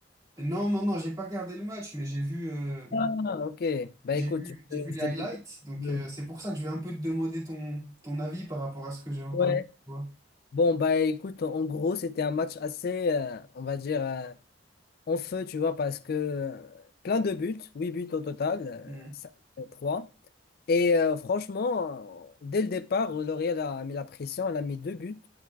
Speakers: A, on the right (about 20°); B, on the left (about 55°).
A: Non, non, non, j'ai pas regardé le match, mais j'ai vu, euh,
B: Ah, ok. Bah
A: j'ai
B: écoute,
A: vu,
B: je
A: j'ai
B: te,
A: vu les
B: je te
A: highlights,
B: dis.
A: donc
B: je-
A: euh, c'est pour ça que je vais un peu te demander ton, ton avis par rapport à ce que j'ai entendu.
B: ouais.
A: Tu vois.
B: Bon, bah écoute, en gros, c'était un match assez, euh, on va dire, euh, en feu, tu vois, parce que euh, plein de buts, 8 buts au total,
A: Hmm.
B: 3 Et euh, franchement, euh, dès le départ, L'Oréal a mis la pression, elle a mis deux buts